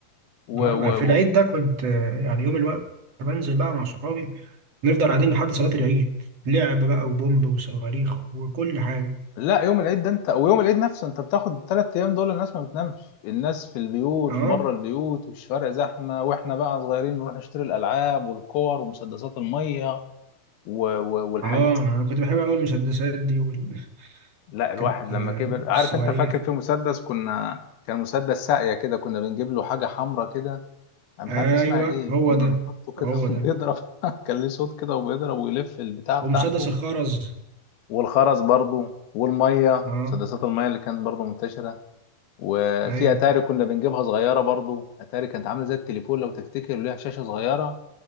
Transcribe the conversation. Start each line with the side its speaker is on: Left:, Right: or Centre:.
Left: و...
Right: آه،
Left: و...
Right: انا في العيد
Left: و...
Right: ده كنت آه، يعني يوم الوقت بنزل بقى مع صحابي نفضل قاعدين لحد صلاة العيد لعب بقى وبومب وصواريخ وكل حاجة
Left: لا يوم العيد ده انت ويوم العيد نفسه انت بتاخد الثلاث ايام دول الناس ما بتنامش الناس في البيوت
Right: اه
Left: بره البيوت والشوارع زحمه واحنا بقى صغيرين نروح نشتري الالعاب والكور ومسدسات الميه و... و... والحاج
Right: اه انا كنت بحب اقول المسدسات دي وال- <laughs>
Left: لا الواحد
Right: كانت
Left: لما
Right: آه،
Left: كبر
Right: الصواريخ
Left: عارف انت فاكر في مسدس كنا كان مسدس ساقيه كده كنا بنجيب له حاجه حمراء كده انا
Right: ايوه
Left: مش عارف اسمها ايه
Right: هو
Left: كنا
Right: ده
Left: بنحطه كده
Right: هو
Left: <laughs>
Right: ده
Left: وبيضرب <laughs> كان ليه صوت كده وبيضرب ويلف البتاع بتاعته
Right: ومسدس الخرز
Left: والخرز برضو والميه
Right: اه
Left: مسدسات الميه اللي كانت برضو منتشره وفي
Right: ايوه
Left: اتاري كنا بنجيبها صغيره برضو اتاري كانت عامله زي التليفون لو تفتكر ليها شاشه صغيره